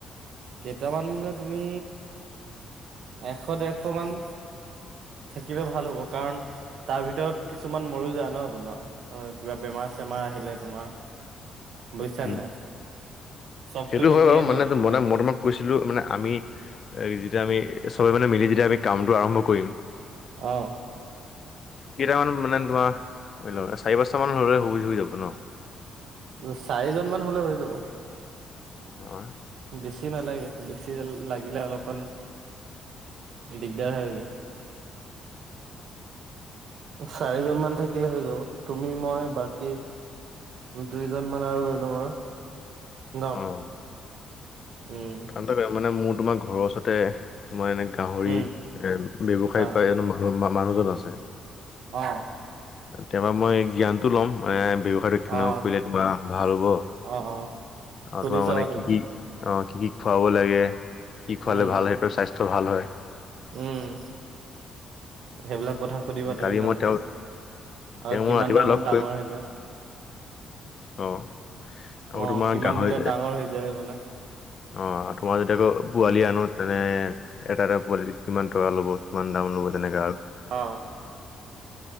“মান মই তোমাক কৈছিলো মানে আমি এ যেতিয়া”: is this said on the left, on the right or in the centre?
Left